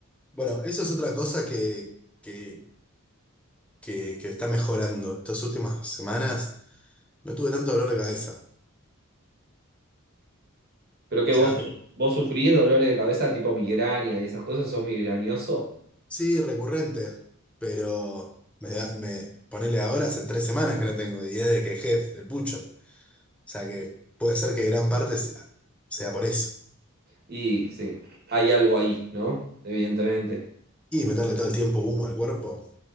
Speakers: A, in the centre; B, on the right (about 45°).
A: Bueno, eso es otra cosa que, que, que, que está mejorando. Estas últimas semanas no tuve tanto dolor de cabeza.
B: Pero
A: O
B: que vos,
A: sea,
B: vos sufrís dolores de cabeza tipo migraña y esas cosas, sos migrañoso.
A: sí, recurrente, pero me, da- me ponele ahora hace tres semanas que no tengo, y es de que dejé el pucho. O sea que puede ser que gran parte sea, sea por eso.
B: Y sí, hay algo ahí, ¿no? Evidentemente.
A: Y meterle todo el tiempo humo al cuerpo.